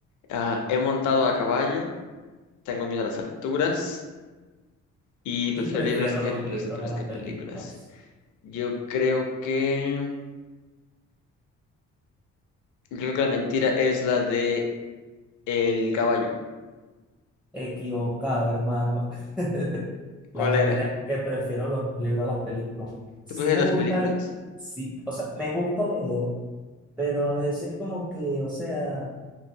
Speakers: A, on the left; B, in the centre.
A: ah, he montado a caballo. Tengo miedo a las alturas y
B: Y
A: prefiero
B: prefiero
A: libros que
B: los
A: los
B: libros
A: que, los
B: a las
A: que
B: películas.
A: películas. Yo creo que yo creo que la mentira es la de El caballo.
B: Equivocado, hermano. <laughs>
A: ¿Cuál
B: La mentira
A: era?
B: es que prefiero los libros a las películas. Sí
A: ¿Tú prefieres
B: me
A: las
B: gusta,
A: películas?
B: el- sí, o sea, me gusta leer, pero a veces como que, o sea,